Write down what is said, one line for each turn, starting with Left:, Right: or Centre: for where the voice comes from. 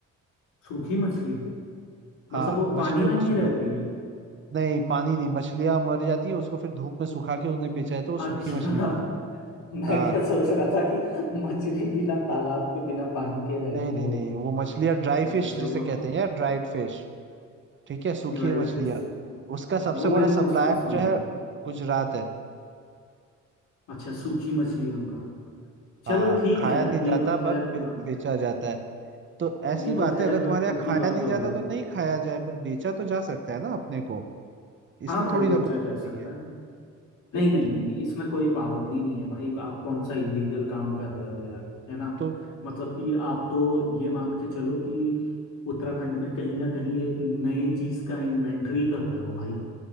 Left: सूखी मछली
Right: हाँ
Left: मतलब वो
Right: मछलियों
Left: पानी में
Right: को
Left: नहीं
Right: सुखा
Left: रहती है
Right: नहीं पानी नहीं मछलियां मर जाती है उसको फिर धूप में सुखा के उन्हें बेचा जाता है तो वो सूखी
Left: अच्छा
Right: मछली
Left: <laughs>
Right: होती है
Left: मैं
Right: हाँ
Left: क्या सोच रहा था कि मछली बिना तालाब के बिना पानी के रहती
Right: नहीं नहीं
Left: होगी
Right: नहीं वो मछलियाँ ड्राई फिश
Left: अच्छा
Right: जिसे
Left: वो
Right: कहते
Left: तो
Right: हैं यार ड्राइड फिश ठीक है सूखी
Left: Dried
Right: मछलियाँ
Left: fish
Right: उसका सबसे
Left: वो
Right: बड़ा
Left: मैंने उसमें
Right: सप्लायर
Left: सुना
Right: जो है
Left: है
Right: वो गुजरात है
Left: अच्छा सूखी मछलियों का
Right: हाँ
Left: चलो ठीक
Right: खाया
Left: है यार
Right: नहीं जाता
Left: ये तो खैर
Right: पर बे,
Left: अ,
Right: बेचा जाता है तो ऐसी
Left: ये तो
Right: बात
Left: खैर
Right: है अगर तुम्हारे
Left: इनकी
Right: यहाँ खाया
Left: बात
Right: नहीं
Left: हो
Right: जाता
Left: गई
Right: तो नहीं खाया जाए पर बेचा तो जा सकता है ना अपने को
Left: हाँ
Right: इसमें
Left: भाई
Right: थोड़ी
Left: बेचा
Right: ना कोई नहीं
Left: जा सकता
Right: है
Left: है
Right: तो
Left: नहीं
Right: फिर
Left: नहीं नहीं नहीं इसमें कोई पाबंदी नहीं है भाई आप कौन सा इलीगल काम कर रहे हो यार है ना
Right: तो
Left: मतलब कि आप तो ये मान के चलो कि उत्तराखंड में कहीं ना कहीं एक नए चीज का इन्वेंटरी कर रहे हो भाई